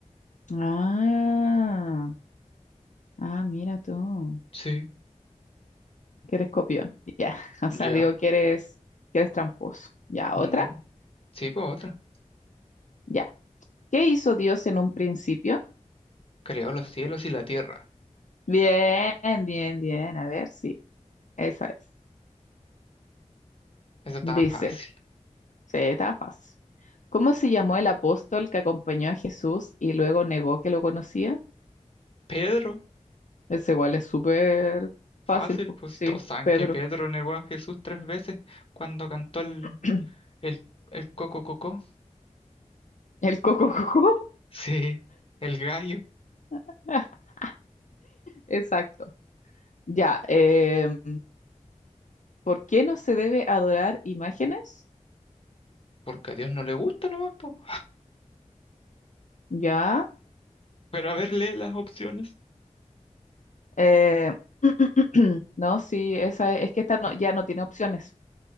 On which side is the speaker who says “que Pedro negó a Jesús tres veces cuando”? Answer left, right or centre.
Left